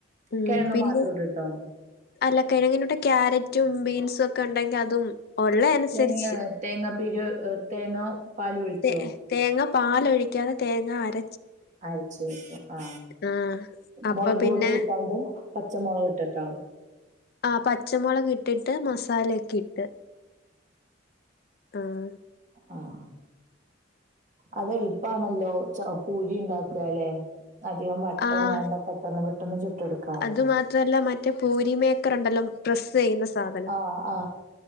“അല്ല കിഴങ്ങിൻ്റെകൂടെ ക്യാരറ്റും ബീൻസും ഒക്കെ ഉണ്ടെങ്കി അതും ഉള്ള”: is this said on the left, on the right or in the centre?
Left